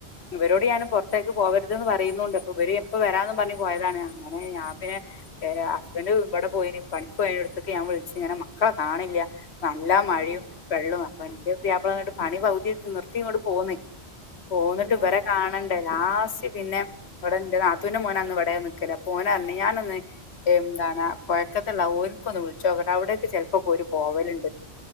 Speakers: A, on the left; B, on the right.
A: ഇവരോട് ഞാൻ പൊറത്തേക്ക് പോകരുത് എന്ന് പറയുന്നൂണ്ട് അപ്പൊ ഇവര് ഇപ്പ വെരാന്നും പറഞ്ഞ് പോയതാണ് അങ്ങനേ ഞാൻ പിന്നെ <unintelligible> ഹസ്ബൻഡ് ഇബടെ പോയീന് പണിക്ക് പോയേന്റ അടുത്തക്ക് ഞാൻ വിളിച്ച് ഇങ്ങനെ മക്കളെ കാണില്ല്യാ നല്ല
B: ഉം
A: മഴയും വെള്ളവും അപ്പൊ
B: ഉം
A: എന്റെ പുയ്യാപ്പള വന്നിട്ട് പണി പകുതി വച്ച് നിർത്തി ഇങ്ങോട് പോന്ന് പോന്നിട്ട്
B: യോ
A: ഇവരെ കാണ ണ്ടേ ലാസ്റ്റ് പിന്നെ ഇവിടെ എന്റെ നാത്തൂന്റെ മോൻ അന്ന് ഇവിടെയാ നിക്കല് അപ്പൊ ഓനാ പറഞ്ഞ് ഞാനൊന്ന് എന്താണ് ആഹ് പഴക്കത്തുള്ള ഓർക്ക് ഒന്ന് വിളിച്ചോക്കട്ടെ അവിടെയൊക്കെ ചെലപ്പോക്കെ ഒരു പോവല്ൺ